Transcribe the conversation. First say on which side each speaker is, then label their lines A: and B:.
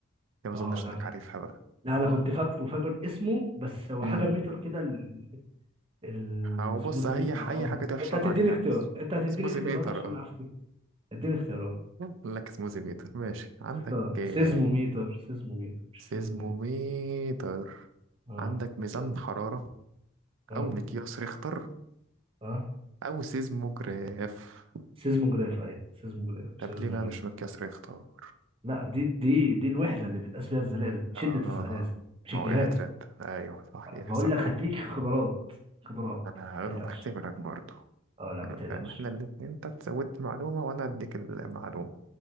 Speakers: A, on the right (about 65°); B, on the right (about 25°).
A: يا ما اظنش
B: اه ده
A: انك عارفها بقى
B: لا انا كنت فاكره فاكر اسمه بس هو
A: مم.
B: حاجه ميتر كده ال- ال-
A: هو
B: السموزي
A: بص هي
B: ميتر او
A: اي
B: أما.
A: حاجه تحشر
B: انت هتديني
A: عليها
B: اختيار انت هتديني
A: سموزي
B: اختيارات
A: ميتر
B: عشان
A: اه
B: افتي اديني اختيارات
A: قال لك سموزي ميتر ماشي عندك
B: اختار
A: آه،
B: سيزموميتر سيزموميتر مش
A: سيزموميتر
B: سموزي ميتر اه
A: عندك ميزان
B: أنت-
A: حراره
B: اه
A: او مقياس ريختر
B: اه
A: أو سيز مجرف
B: سيزموجراف ايوه سيزموجراف
A: طب
B: مش سيزموميتر
A: ليه بقى مش متكسر يختار
B: لا دي دي دي الوحده اللي بتقاس بيها الزلازل شده
A: آه
B: الزلازل مش
A: ما
B: الجهاز
A: وقعت رد أيوه صحيح
B: بقول
A: صحيح
B: لك هديك خبرات خبرات
A: أنا
B: ما
A: أه
B: تقلقش
A: بختبرك برضه
B: اه لا ما تقلقش
A: فاهم إحنا الاتنين أنت بتزود معلومة وأنا أديك المعلومة